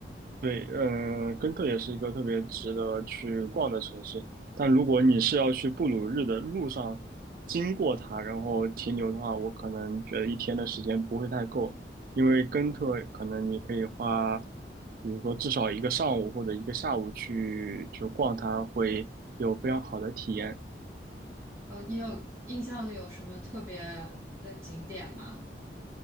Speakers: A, on the right; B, on the right.
A: 对，呃，根特也是一个特别值得去逛的城市。但如果你是要去布鲁日的路上经过它，然后停留的话，我可能觉得一天的时间不会太够，因为根特可能你可以花，比如说至少一个上午或者一个下午去就逛它，会有非常好的体验。
B: 呃，你有印象里有什么特别的景点吗？